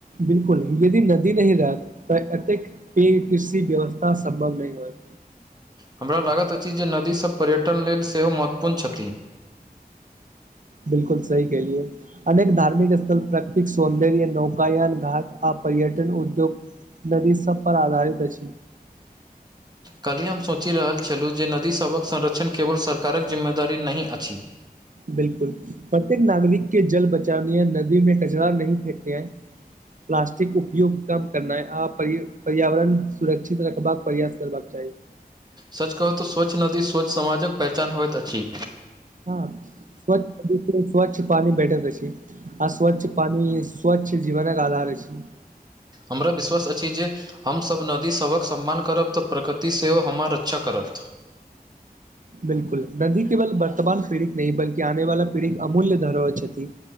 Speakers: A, on the right (about 55°); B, on the right (about 25°).
A: बिलकुल यदि नदी नहि रहत तऽ एतेक फिर कसी व्यवस्था सम्भव नहि होइत
B: हमरा लागैत अछि जे नदीसभ पर्यटन लेल सेहो महत्वपूर्ण छथि
A: बिलकुल सही कहलियौ अनेक धार्मिक स्थल प्राकृतिक सौन्दर्य नौकायान घाट आ पर्यटन उद्योग नदी सब पर आधारित अछि
B: काल्हि हम सोचि रहल छलहुँ जे नदीसभक संरक्षण केवल सरकारक जिम्मेदारी नहि अछि
A: बिलकुल प्रत्येक नागरिक के जल बचावने य नदी में कचरा नहि फेकये प्लास्टिक उपयोग कम करनाइ आ पर्यावरण सुरक्षित रखबाक प्रयास करबाक चाही
B: सच कहु तऽ स्वच्छ नदी स्वच्छ समाजक पहचान होइत अछि
A: हँ स्वच्छ नदी से स्वच्छ पानी भेटत अछि आ स्वच्छ पानी स्वच्छ जीवनक आधार अछि
B: हमरा विश्वास अछि जे हमसभ नदीसभक सम्मान करब तऽ प्रकृति सेहो हमर रक्षा करत
A: बिल्कुल नदी केवल वर्तमान पीढ़ीक नहि बल्कि आने वाला पीढ़ीक अमूल्य धरोहर छथि